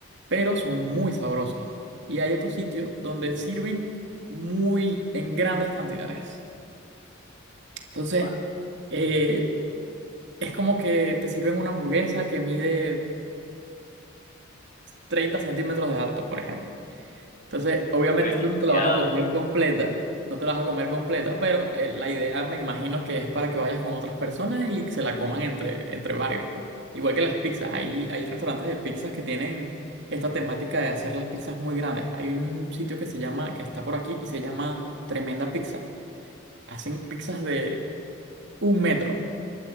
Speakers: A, on the right (about 60°); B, on the left (about 40°).
A: pero son muy sabrosas. Y hay otro sitio donde sirven muy en grandes cantidades. Entonces,
B: Bah,
A: eh, es como que te sirven una hamburguesa que mide 30 centímetros de alto, por ejemplo. Entonces, obviamente
B: pues, demasiado,
A: tú no te la vas a comer completa, no te la vas a comer completa, pero eh, la idea me imagino que es para que vayas con otras personas y se la coman entre, entre varios, pues. Igual que las pizzas, hay, hay restaurantes de pizzas que tienen esta temática de hacer las pizzas muy grandes. Hay un sitio que se llama, que está por aquí y se llama Tremenda Pizza. Hacen pizzas de un metro.